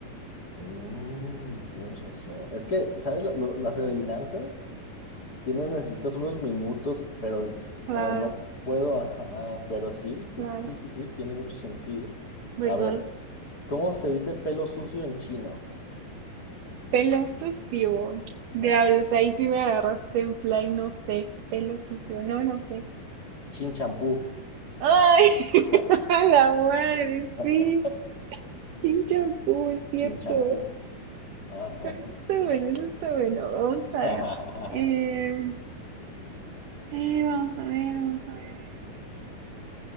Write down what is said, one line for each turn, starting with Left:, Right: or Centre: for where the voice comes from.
Left: Mm, tienes razón. Es que, ¿sabes lo- lo- las adivinanzas? Tienes, necesitas unos minutos, pero el- como
Right: Claro,
Left: no puedo, ajá, pero sí, sí,
Right: claro,
Left: sí, sí, sí, tiene mucho sentido.
Right: ¿verdad?
Left: A ver, ¿cómo se dice pelo sucio en chino?
Right: Pelo sucio. Diablos,
Left: Ajá.
Right: ahí sí me agarraste en play, no sé. Pelo sucio, no, no sé.
Left: Chin champú.
Right: Ay, <laughs>
Left: <laughs> Ajá,
Right: a la madre,
Left: ajá.
Right: sí. Chinchampú, es cierto.
Left: Chin champú. Ajá.
Right: Eso está bueno, eso está bueno. Vamos
Left: <laughs>
Right: a ver. Eh, eh, vamos a ver, vamos a ver.